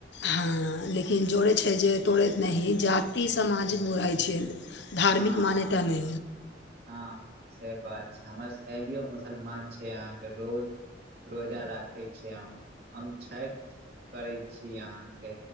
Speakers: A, on the left; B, on the right.
A: हँ लेकिन जोड़ै छै जे तोड़ैत नहि जाति सामाजिक बुराइ छै धार्मिक
B: हँ
A: मान्यता
B: हँ
A: ने
B: हँ से बात छै हमर सहेलियो मुसलमान छै अहाँके रोज रोजा राखै छिय हम छै हम छैठ करै छी अहाँके